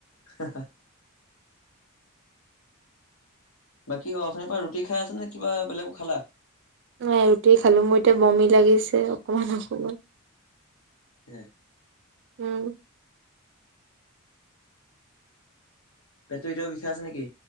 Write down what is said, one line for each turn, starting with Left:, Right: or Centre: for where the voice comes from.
Left: হা-হা বাকী অথনীৰ পৰা ৰুটি খাই আছা নে কিবা বেলগো খালা?
Right: নাই, ৰুটি খালোঁ মোৰ এতিয়া বমি লাগিছে অকমান- অকমান।
Left: এ'
Right: উম
Left: পেটটো এতিয়াও বিষাই আছে নেকি?